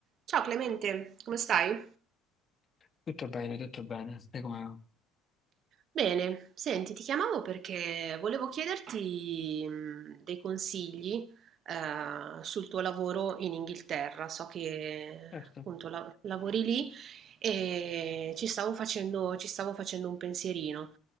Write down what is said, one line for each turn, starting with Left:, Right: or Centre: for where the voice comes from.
Right: Ciao Clemente, come stai?
Left: Tutto bene, tutto bene. Sai come va?
Right: Bene, senti, ti chiamavo perché volevo chiederti mh, dei consigli eh, sul tuo lavoro in Inghilterra. So che
Left: Certo.
Right: appunto la- lavori lì e ci stavo facendo, ci stavo facendo un pensierino.